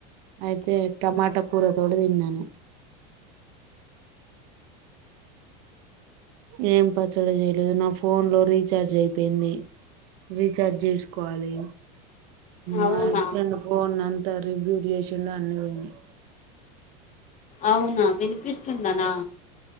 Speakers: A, on the right (about 60°); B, on the left (about 35°).
A: అయితే టమాటా కూర తోటి తిన్నాను ఏం పచ్చడి చేయలేదు నా ఫోన్ లో రీచార్జ్ అయిపోయింది రీచార్జ్ చేసుకోవాలి
B: అవునా
A: మా హస్బెండ్ పోన్ అంత రీబ్యూట్ చేసిండు అన్ని పోయినాయి
B: అవునా వినిపిస్తుంద నా